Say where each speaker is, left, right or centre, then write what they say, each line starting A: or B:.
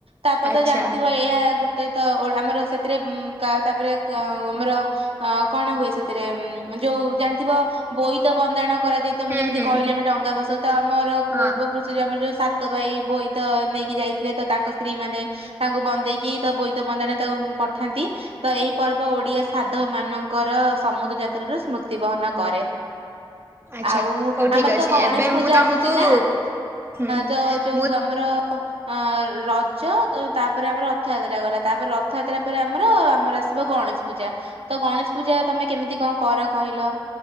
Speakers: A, on the right (about 85°); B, on the right (about 25°).
A: ତାପରେ
B: ଆଚ୍ଛା
A: ତ ଜାଣିଥିବ ଏଇ ଆ ଗୋଟେ ତ ଆମର ସେଥିରେ ତାପରେ ଆମର ଅ କଣ ହୁଏ ସେଥିରେ ଉଁ ଯୋଉ ଜାଣିଥିବ ବୋଇତ ବନ୍ଦାଣ କରାଯାଇ ତ
B: ହୁଁ
A: ମୁଁ ଯେମିତି
B: ହୁଁ
A: କହିଲି ଆମେ ଡଙ୍ଗା ଭସା ତ ଆମର
B: ହଁ
A: ପୂର୍ବ ଆମର ଯୋଉ ସାତ ଭାଇ ବୋଇ ତ ନେଇକି ଯାଇଥିଲେ ତ ତାଙ୍କ ସ୍ତ୍ରୀ ମାନେ ତାଙ୍କୁ ବନ୍ଦେଇକି ତା ବୋଇତ ବନ୍ଦାଣ ତାକୁ ପଠାନ୍ତି ତ ଏହିଇ ପର୍ବ ଓଡିଆ ସାଧବ ମାନଙ୍କର ସମୁଦ୍ର ଯାତ୍ରାର ସ୍ମୃତି ତିବହନ କରେ
B: ଆଚ୍ଛା
A: ଆଉ
B: ହଉ ଠିକ
A: ଆମର
B: ଅଛି
A: ତ ଗଣେଶ
B: ଏବେ
A: ପୂଜା
B: ମୁଁ ତମକୁ
A: ଆସୁଛି ନା
B: ହୁଁ
A: ତ ଯୋଉ
B: ମୁଁ
A: ଆମର ଅ ରଜ ତାପରେ ଆମର ରଥଯାତ୍ରା ଗଲା ତାପରେ ରଥଯାତ୍ରା ପରେ ଆମର ଆମର ଆସିବ ଗଣେଶ ପୂଜା। ତ ଗଣେଶ ପୂଜା ତମେ କେମିତି କଣ କର କହିଲ?